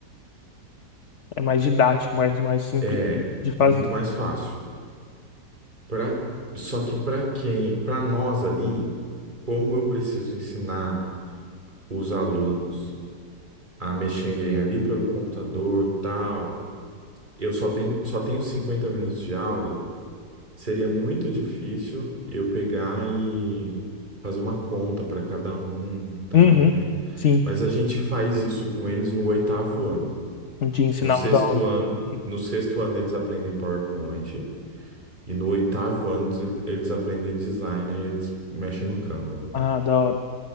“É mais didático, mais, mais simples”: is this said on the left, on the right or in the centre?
Left